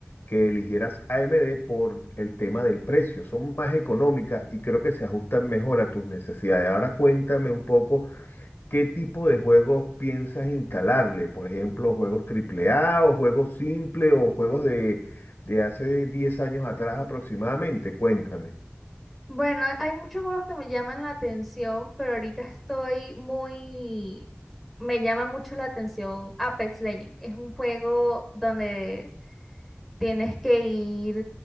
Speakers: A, on the left (about 55°); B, in the centre.
A: que eligieras AMD por el tema del precio. Son más económicas y creo que se ajustan mejor a tus necesidades. Ahora cuéntame un poco ¿Qué tipo de juegos piensas instalarle? Por ejemplo, juegos AAA o juegos simples o juegos de, de hace 10 años atrás aproximadamente. Cuéntame.
B: Bueno, hay muchos juegos que me llaman la atención, pero ahorita estoy muy... Me llama mucho la atención Apex Legends. Es un juego donde Tienes que ir